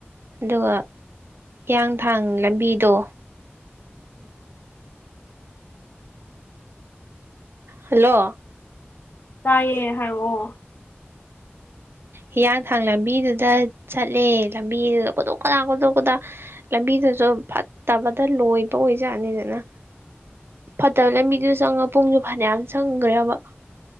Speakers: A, on the right; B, on the left.
A: ꯑꯗꯨꯒ ꯍꯤꯌꯥꯡꯊꯥꯡ ꯂꯝꯕꯤꯗꯣ
B: <inaudible>
A: ꯍꯜꯂꯣ
B: ꯇꯥꯏꯌꯦ ꯍꯥꯏꯔꯛꯑꯣ <inaudible>
A: ꯍꯤꯌꯥꯡꯊꯥꯡ ꯂꯝꯕꯤꯗꯨꯗ ꯆꯠꯂꯦ ꯂꯝꯕꯤꯗꯨꯗ ꯀꯣꯠꯇꯣꯛꯀꯗꯥ ꯈꯣꯠꯇꯣꯛꯀꯗ ꯂꯝꯕꯤꯗꯨꯁꯨ ꯐꯠꯇꯕꯗ ꯂꯣꯏꯕ ꯑꯣꯏꯖꯥꯠꯅꯤꯗꯅ ꯐꯠꯇꯔ ꯂꯝꯕꯤꯗꯨꯁꯨ ꯆꯪꯉ ꯄꯨꯡꯁꯨꯨ ꯐꯥꯅꯌꯥꯝ ꯆꯪꯈ꯭ꯔꯕ